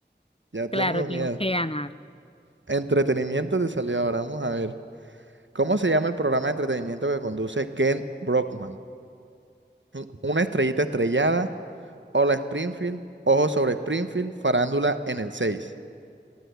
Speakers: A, on the right; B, on the left.
A: Ya tengo
B: Claro, tengo
A: miedo.
B: que ganar.
A: Entretenimiento te salió ahora. Vamos a ver. ¿Cómo se llama el programa de entretenimiento que conduce Ken Brockman? Un- ¿Una estrellita estrellada? Hola Springfield, Ojo sobre Springfield, Farándula en el seis